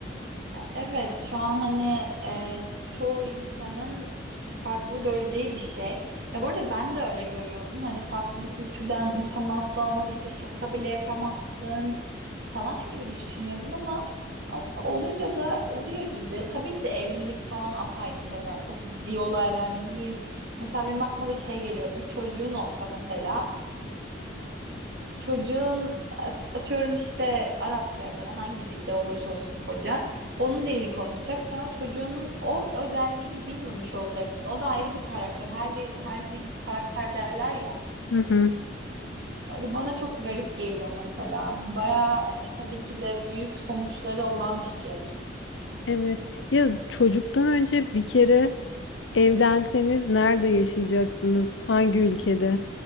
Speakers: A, on the right; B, on the left.
A: Evet, şu an hani e, çoğu insanın farklı göreceği bir şey. Ya bu arada ben de öyle görüyordum. Hani farklı bir kültürden insan nasıl olmadı işte şaka bile yapamazsın falan gibi düşünüyordum ama aslında olunca da oluyor gibi. Tabii ki de evlilik falan apayrı şeyler. Çok ciddi olaylar ne bileyim. Mesela benim aklıma da şey geliyor. Bir çocuğun olsa mesela çocuğun at- atıyorum işte Arapça ya da hangi dilde olursa olsun kocan onun dilini konuşacak. Sen o çocuğunun o özelliğini bilmemiş olacaksın. O da ayrı bir karakter. Her dil, her dil bir karakter derler ya.
B: Hı hı.
A: O bana çok garip geliyor mesela. Baya hani tabii ki de büyük sonuçları olan bir şey.
B: Evet. Ya çocuktan önce bir kere Evlenseniz nerede yaşayacaksınız? Hangi ülkede?